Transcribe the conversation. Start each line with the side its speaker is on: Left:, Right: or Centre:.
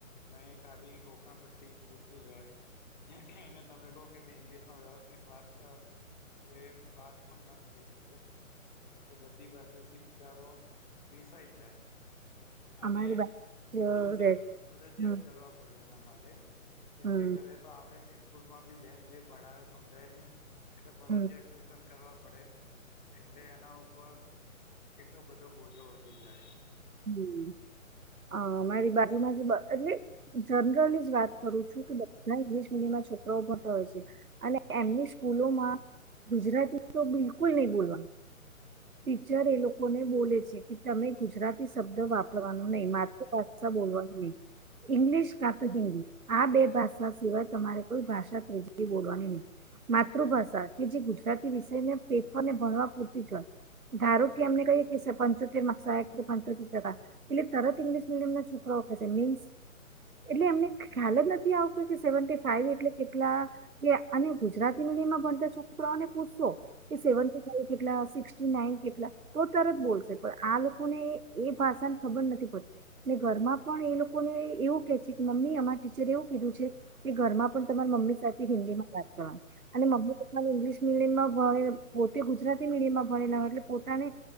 Left: પણ એ ખાલી ગોખણ પટ્ટી પૂલતું જ હોય અને તમે કહો કે ભે ઇંગ્લિશમાં વ્યવસ્થિત વાત ક તો એ વાત પણ ના કરી શકે એટલે બધી બાજુથી બિચારો ભીસાઈ જાય અને
Right: અમારી બા જ
Left: ટ્યુશન
Right: રે
Left: ફરજિયાત
Right: હમ
Left: કરવા પડે એના માટે કેમ
Right: હમ
Left: કે ઘરે તો આવડે ની સ્કૂલ માં બી બેન જે ભણાવે સમજાય નહી એટલે ફરજયાત
Right: હમ
Left: ટ્યુશન કરવા પડે એટલે એના ઉપર કેટલો બધો બોજો વધી જાય
Right: હમ. અ મારી બાજુમાં જે એટલે જનરલી જ વાત કરું છું કે બધા ઇંગ્લિશ મીડિયમ છોકરાઓ ભણતા હોય છે, અને એમની સ્કૂલોમાં ગુજરાતીતો બિલકુલ નહી બોલવા ટીચર એ લોકોને બોલે છે, કે તમે ગુજરાત શબ્દ વાપરવાનું નહી માતૃભાષા બોલવાની નહી ઈંગ્લિશ કા તો હિન્દી આ બે ભાષા સિવાય તમારે કોઈ ભાષા ત્રીજી બોલવાની ની માતૃભાષા કે જે ગુજરાતી વિષયને પેપર ને ભણવા પૂરતી જ હોય ધારો કે એમને કહી કે સરપંચો કે નકસાય પાંચોટેર ટકા એટલે તરત ઇંગ્લિશ મીડિયમના છોકરાઓ કેશે મીન્સ એટલે એમને ખ્યાલ જ નથી આવત કે સેવીનટી ફાઈવ એટલે કેટલા કે અને ગુજરાતી મી ડયમમા ભણતા છોકરાઓને પૂછશો કે સેવેનટી ફાઈ કેટલા સીકસટી નાઈન કેટલા તો તરત બો લસે પણ આ લોકોને એ ભાષાને ખબર નથી પડતી ને ઘરમાં પણ એ લોકોને એવું કે છે, કે મમ્મી અમાર ટીચર એવું કીધું છે, કે ઘરમાં પણ તમારે મમ્મી સાથે હિન્દીમાં વાત કરવા
Left: હમ
Right: અને મમ્મી તમા ઇંગ્શ મીલીમમા <unintelligible> પોતે ગુજરાતી મીડિયમમાં ભણેલા હોય એટલે પોતાને